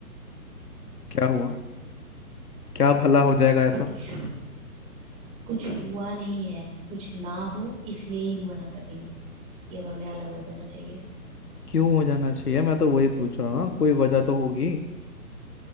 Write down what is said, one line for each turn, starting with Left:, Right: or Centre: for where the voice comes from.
Left: क्या हुआ क्या भला हो जाएगा ऐसा
Right: कुछ कुछ हुआ नहीं है कुछ ना हो इसलिए ही मना कर रही हूँ ये अब हमें अलग हो जाना चाहिए
Left: क्यों हो जाना चाहिए मैं तो वही पूछ रहा हूँ ना कोई वजह तो होगी